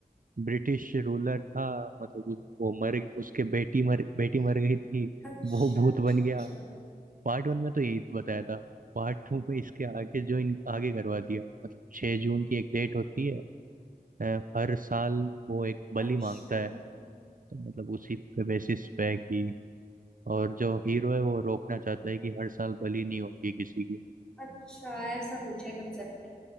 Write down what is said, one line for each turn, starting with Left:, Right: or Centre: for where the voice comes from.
Right: ब्रिटिश रूलर था मतलब उस, वो मर उसके बेटी मर बेटी मर गई थी
Centre: अच्छा
Right: वो भूत
Centre: अच्छा
Right: बन
Centre: अच्छा
Right: गया पार्ट वन में तो यही बताया था पार्ट टू में इसके आगे जो इन आगे करवा दिया मतलब छह जून की एक डेट होती है अ, हर साल वो एक बलि
Centre: अच्छा
Right: मांगता है तो मतलब उसी पे बेसिस पे है कि और जो हीरो है वो रोकना चाहता है कि हर साल बलि नहीं होगी किसी की
Centre: अच्छा ऐसा कुछ है कंसेप्ट